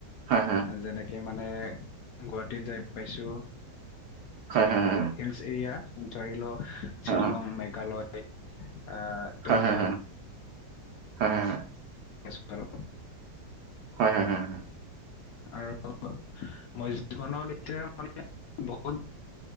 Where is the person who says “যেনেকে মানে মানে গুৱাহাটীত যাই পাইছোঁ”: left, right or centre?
Left